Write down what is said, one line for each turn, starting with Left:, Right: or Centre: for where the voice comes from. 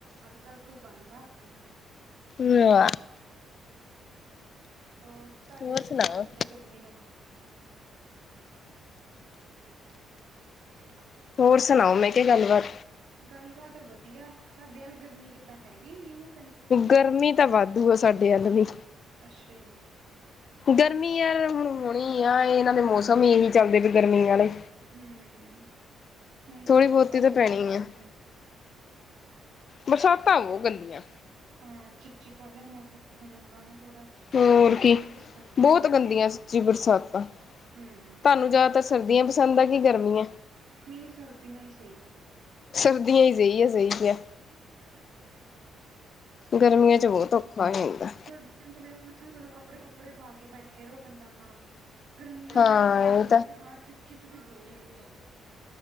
Right: ਅੱਜ-ਕੱਲ ਕੋਈ ਬਣਦਾ ਆਪਣਾ
Left: ਲੈ
Right: ਹੋ ਤਾਂਡੇ
Left: ਹੋਰ
Right: ਵਾਲੀ
Left: ਸੁਣਾਓ
Right: ਸਾਈਡ ਕਿੱਦਾਂ ਗਰਮੀ ਦਾ? <inaudible> <inaudible>
Left: ਹੋਰ ਸੁਣਾਓ ਮੈਂ ਕੇਆ ਗੱਲਬਾਤ?
Right: ਗੱਲ ਬਾਤ ਵਧੀਆ ਤਾਂਡੇ ਵੱਲ ਗਰਮੀ ਕਿੱਦਾਂ ਹੈਗੀ ਮੀਂ ਮੂ।
Left: ਗਰਮੀ ਤਾਂ ਵਾਧੂ ਆ ਸਾਡੇ ਅੱਲ ਵੀ।
Right: ਅੱਛਾ ਜੀ।
Left: ਗਰਮੀ ਯਾਰ ਹੁਣ ਹੋਣੀ ਆ ਏਨਾਂ ਦੇ ਮੌਸਮ ਈ ਏਹੀ ਚੱਲਦੇ ਪਏ ਗਰਮੀ ਆਲੇ।
Right: ਹੂੰ, ਹੁਣ ਬਰਸਾਤਾਂ
Left: ਬਹੁਤੀ ਤਾਂ
Right: ਸ਼ੁਰੂ
Left: ਪੈਣੀ
Right: ਹੋ ਗਈਆਂ।
Left: ਆ ਬਰਸਾਤਾਂ ਵੋ ਗੰਦੀਆਂ।
Right: ਹਾਂ ਚਿਪ ਚਿਪਾ ਜਾ ਮੌਸਮ ਹੋ ਜਾਂਦਾ ਨਾ ਥੋੜਾ
Left: ਹੋਰ ਕੀ
Right: ਇਸ ਕਰਕੇ
Left: ਬਹੁਤ
Right: ਫਿਰ ਔਖਾ
Left: ਗੰਦੀਆਂ
Right: ਹੋ ਜਾਂਦਾ।
Left: ਸੱਚੀ ਬਰਸਾਤਾਂ
Right: ਹੂੰ।
Left: ਤੁਹਾਨੂੰ ਜ਼ਿਆਦਾਤਰ ਸਰਦੀਆਂ ਪਸੰਦ ਆ ਕਿ ਗਰਮੀਆਂ
Right: ਨਈ ਸਰਦੀਆਂ ਈ ਸਈ।
Left: ਸਰਦੀਆਂ ਹੀ ਸਹੀ ਆ ਸਹੀ ਕਿਹਾ
Right: ਉੱਪਰ ਗਿਰੀਆਂ <inaudible>
Left: ਗਰਮੀਆਂ ਚ ਬੋਤ ਔਖਾ ਹੋ ਹੁੰਦਾ।
Right: ਸਰਦੀ ਚਲੇ ਨਾਲੇ ਚਲੋ ਕੱਪੜੇ ਕੁੱਪੜੇ ਪਾ ਕੇ ਬੈਠੇ ਰਓ ਬੰਦਾ ਹਾਂ। ਗਰਮੀਆਂ ਨੂੰ
Left: ਹਾਂ
Right: ਏਦਾਂ ਹੋ ਜਾਂਦਾ
Left: ਇਹ
Right: ਕਿ ਹਾਂ ਚਿਪ-ਚਿਪ-ਚਿਪ ਬੋ ਹੋ ਜਾਂਦਾ।